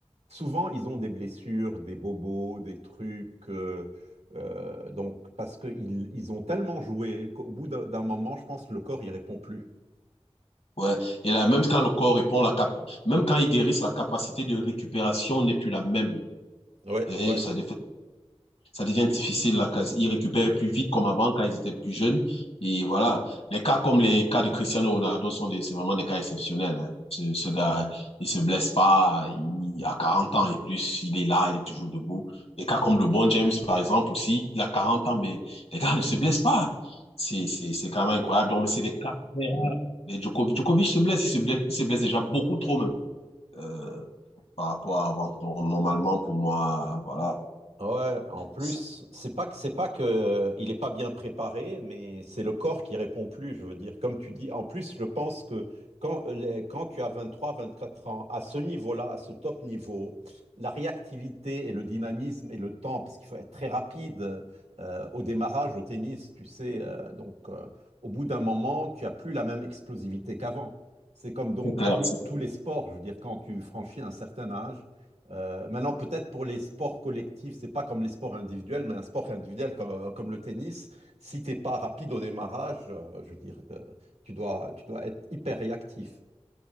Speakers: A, on the right (about 85°); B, on the left (about 70°).
A: souvent, ils ont des blessures, des bobos, des trucs. euh, euh, donc, parce qu'ils ils ont tellement joué qu'au bout d'un d'un moment, je pense que le corps, il répond plus.
B: ouais. Et là, même quand le corps répond, la cap, même quand ils guérissent, la capacité de récupération n'est plus la même.
A: Ouais,
B: Et
A: ouais.
B: ça, ça devient difficile. Là, ils récupèrent plus vite comme avant quand ils étaient plus jeunes. Et voilà, les cas comme les cas de Cristiano Ronaldo sont des, c'est vraiment des cas exceptionnels. hein. Ce, ce gars, il se blesse pas, il a 40 ans et plus, il est là, il est toujours debout. Les cas comme le bon James, par exemple, aussi, il a 40 ans, mais les gars ne se blessent pas. C'est, c'est, c'est quand même incroyable.
A: Ouais.
B: Donc, mais c'est des cas. Les Djokovic, Djokovic se blesse, il se blesse, il se blesse déjà beaucoup trop même euh, par rapport à avant. Donc, normalement, pour moi, voilà,
A: Ouais, en plus,
B: c'est
A: c'est pas que c'est pas que euh, il est pas bien préparé, mais c'est le corps qui répond plus, je veux dire. Comme tu dis, en plus, je pense que quand, euh, les- quand tu as vingt trois, vingt quatre ans, à ce niveau-là, à ce top niveau, la réactivité et le dynamisme et le temps, parce qu'il faut être très rapide euh, au démarrage, au tennis, tu sais, euh, donc euh, au bout d'un moment, tu as plus la même explosivité qu'avant. C'est comme donc
B: c'est clair.
A: tous tous les sports, je veux dire, quand tu franchis un certain âge euh, maintenant, peut-être pour les sports collectifs, c'est pas comme les sports individuels, mais un sport individuel comme, euh, comme le tennis, si t'es pas rapide au démarrage, euh, je veux dire, euh, tu dois, tu dois être hyper réactif.